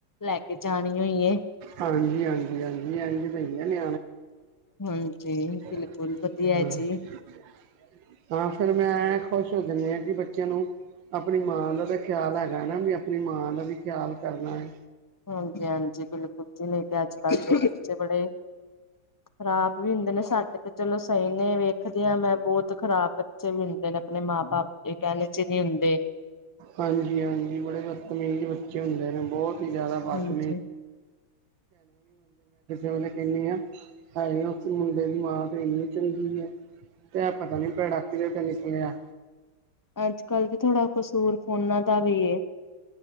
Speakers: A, on the left (about 20°); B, on the right (about 80°).
A: ਲੈ ਕੇ ਜਾਣੀ ਹੋਈ ਹੈ।
B: ਹਾਂਜੀ-ਹਾਂਜੀ-ਹਾਂਜੀ, ਈ ਬਈਆ ਨੇ।
A: ਹਾਂਜੀ,
B: <unintelligible>
A: ਬਿਲਕੁਲ ਵਧੀਆ ਜੀ।
B: ਹਾਂ ਫਿਰ ਮੈਂ ਖੁਸ਼ ਹੋ ਜਾਂਦੇ ਹਾਂ, ਕਿ ਬੱਚਿਆਂ ਨੂੰ ਆਪਣੀ ਮਾਂ ਦਾ ਤਾਂ ਖਿਆਲ ਹੈ। ਰਹਿਣਾ ਵੀ ਆਪਣੀ ਮਾਂ ਦਾ ਵੀ ਖਿਆਲ ਕਰਨਾ ਹੈ।
A: ਹਾਂਜੀ-ਹਾਂਜੀ, ਬਿਲਕੁਲ ਜੀ ਨਹੀਂ ਤੇ ਅੱਜ-ਕੱਲ ਦੇ ਬੱਚੇ ਬੜੇ ਖਰਾਬ ਵੀ ਹੁੰਦੇ ਨੇ ਸਾਡੇ ਤੇ ਚਲੋ ਸਹੀ ਨੇ ਵੇਖਦੇ, ਹਾਂ ਮੈਂ ਬਹੁਤ ਖ਼ਰਾਬ ਬੱਚੇ ਵੀ ਹੁੰਦੇ ਨੇ ਆਪਣੇ ਮਾਂ ਬਾਪ ਕਹਿਣੇ ਚ ਨੀ ਹੁੰਦੇ
B: ਹਾਂਜੀ ਹਾਂਜੀ ਬੜੇ ਬਤਮੀੇਜ਼ ਬੱਚੇ ਹੁੰਦੇ ਬਹੁਤ ਹੀ ਜ਼ਿਆਦਾ <unintelligible> <unintelligible>
A: ਹਾਂਜੀ।
B: ਕਿਸੇ ਵੇਲੇ ਕਹਨੀ ਆ ਹੈ, ਆ ਮੁੰਡੇ ਦੀ ਮਾਂ ਤੇ ਇੰਨੀ ਚੰਗੀ ਹੈ। ਤੇ ਇਹ ਪਤਾ ਨੀ ਭੈੜਾ ਕਿਤੇ ਤੇ ਨਿਕਲਿਆ।
A: ਅੱਜ-ਕੱਲ੍ਹ ਜਿਹਾ ਥੋੜ੍ਹਾ ਕਸੂਰ ਫੋਨਾਂ ਦਾ ਵੀ ਐ।